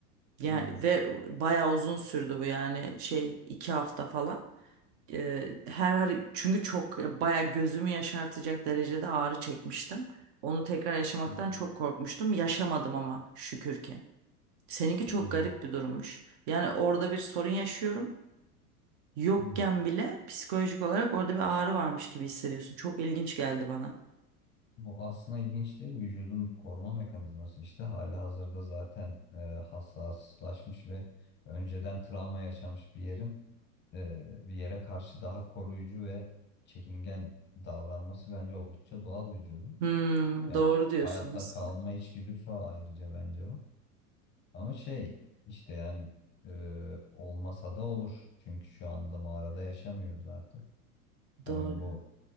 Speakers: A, on the right (about 45°); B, on the left (about 25°).
A: Yani
B: Hmm.
A: ve bayağı uzun sürdü bu yani şey 2 hafta falan. E, her hare- çünkü çok e, bayağı gözümü yaşartacak derecede ağrı çekmiştim. Onu tekrar yaşamaktan
B: Hmm.
A: çok korkmuştum. Yaşamadım ama şükür ki. Seninki çok
B: Hmm.
A: garip bir durummuş. Yani orada bir sorun yaşıyorum. Yokken
B: Hmm.
A: bile psikolojik olarak orada bir ağrı varmış gibi hissediyorsun. Çok ilginç geldi bana.
B: Bu aslında ilginç değil. Vücudun koruma mekanizması işte hali hazırda zaten e, hassaslaşmış ve önceden travma yaşamış bir yerin e, bir yere karşı daha koruyucu ve çekingen davranması bence oldukça doğal vücudun.
A: Hmm,
B: Yani
A: doğru
B: hayatta
A: diyorsun aslında.
B: kalma içgüdüsü o ayrıca bence o. Ama şey işte yani e, olmasa da olur. Çünkü şu anda mağarada yaşamıyoruz artık. Hani
A: Doğru.
B: bu